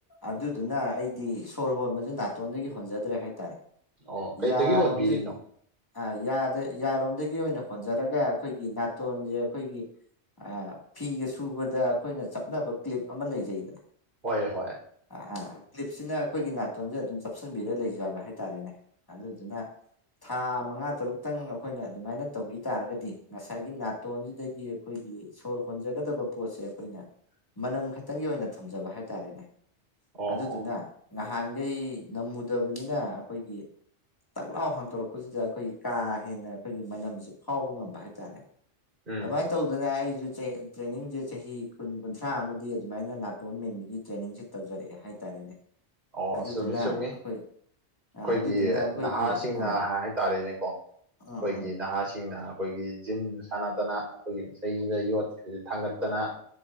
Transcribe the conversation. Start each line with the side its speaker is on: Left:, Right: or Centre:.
Left: ꯑꯗꯨꯗꯨꯅ ꯑꯩꯗꯤ ꯁꯣꯔ ꯍꯣꯟꯕꯁꯦ ꯅꯥꯇꯣꯟꯗꯒꯤ ꯍꯣꯟꯖꯗ꯭ꯔꯦ ꯍꯥꯏꯇꯥꯔꯦ
Right: ꯑꯣ ꯀꯩꯗꯒꯤ
Left: ꯌꯥꯔ
Right: ꯍꯣꯟꯕꯤꯔꯤꯅꯣ
Left: ꯔꯣꯟꯖꯤꯠ ꯑ ꯌꯥꯔꯣꯝꯗꯒꯤ ꯑꯣꯏꯅ ꯍꯣꯟꯖꯔꯒ ꯑꯩꯈꯣꯏꯒꯤ ꯅꯥꯇꯣꯟꯁꯦ ꯑꯩꯈꯣꯏꯒꯤ ꯑ ꯐꯤꯒ ꯁꯨꯕꯗ ꯑꯩꯈꯣꯏꯅ ꯆꯞꯅꯕ ꯀ꯭ꯂꯤꯞ ꯑꯃ ꯂꯩꯖꯩꯕꯅ
Right: ꯍꯣꯏ ꯍꯣꯏ
Left: ꯑ ꯀ꯭ꯂꯤꯞꯁꯤꯅ ꯑꯩꯈꯣꯏꯒꯤ ꯅꯥꯇꯣꯟꯁꯦ ꯑꯗꯨꯝ ꯆꯞꯁꯤꯟꯕꯤꯔꯒ ꯂꯩꯖꯕ ꯍꯥꯏꯇꯥꯔꯦꯅꯦ ꯑꯗꯨꯗꯨꯅ ꯊꯥ ꯃꯉꯥ ꯇꯔꯨꯛꯇꯪ ꯑꯩꯈꯣꯏꯅ ꯑꯗꯨꯃꯥꯏꯅ ꯇꯧꯕꯤ ꯇꯥꯔꯒꯗꯤ ꯉꯁꯥꯏꯒꯤ ꯅꯥꯇꯣꯟꯁꯤꯗꯒꯤ ꯑꯩꯈꯣꯏꯒꯤ ꯁꯣꯔ ꯍꯣꯟꯖꯒꯗꯕ ꯄꯣꯠꯁꯦ ꯑꯩꯈꯣꯏꯅ ꯃꯅꯝ ꯈꯛꯇꯪꯒꯤ ꯑꯣꯏꯅ ꯊꯝꯖꯕ ꯍꯥꯏꯇꯥꯔꯦꯅꯦ
Right: ꯑꯣ
Left: ꯑꯗꯨꯗꯨꯅ
Right: ꯑꯣ
Left: ꯉꯍꯥꯟꯈꯩ ꯅꯝꯃꯨꯗꯕꯅꯤꯅ ꯑꯩꯈꯣꯏꯒꯤ ꯇꯛꯂꯥꯎ ꯍꯥꯡꯇꯣꯔꯛꯄꯁꯤꯗ ꯑꯩꯈꯣꯏꯒꯤ ꯀꯥ ꯍꯦꯟꯅ ꯑꯩꯈꯣꯏꯒꯤ ꯃꯅꯝꯁꯤ ꯐꯥꯎꯕ ꯉꯝꯕ ꯍꯥꯏꯇꯥꯔꯦ
Right: ꯎꯝ
Left: ꯑꯗꯨꯃꯥꯏꯅ ꯇꯧꯗꯅ ꯑꯩꯁꯨ ꯇ꯭ꯔꯦꯅꯤꯡꯁꯦ ꯆꯍꯤ ꯀꯨꯟ ꯀꯨꯟꯊ꯭ꯔꯥ ꯑꯃꯗꯤ ꯑꯗꯨꯃꯥꯏꯅ ꯅꯥ ꯣꯟ ꯃꯦꯟꯕꯒꯤ ꯇ꯭ꯔꯦꯅꯤꯡꯁꯦ ꯇꯧꯖꯔꯛꯑꯦ ꯍꯥꯏꯇꯥꯔꯦꯅꯦ
Right: ꯑꯣ
Left: ꯑꯗꯨꯗꯨꯅ
Right: ꯆꯨꯝꯃꯤ ꯆꯨꯝꯃꯤ ꯑꯩꯈꯣꯏꯒꯤ
Left: ꯑꯩꯈꯣꯏ ꯑ ꯑꯗꯨꯗꯨꯅ ꯑꯩꯈꯣꯏꯒꯤ
Right: ꯅꯍꯥꯁꯤꯡꯅ
Left: ꯑꯥ
Right: ꯍꯥꯏꯇꯥꯔꯦꯅꯦꯀꯣ ꯑꯩꯈꯣꯏꯒꯤ
Left: ꯑꯥ ꯑꯥ
Right: ꯅꯍꯥꯁꯤꯡꯅ ꯑꯩꯈꯣꯏꯒꯤ ꯖꯤꯝ ꯁꯥꯟꯅꯗꯅ ꯑꯩꯈꯣꯏꯒꯤ ꯏꯁꯩꯁꯤꯗ ꯌꯣꯠꯁꯤ ꯊꯥꯡꯒꯠꯇꯅ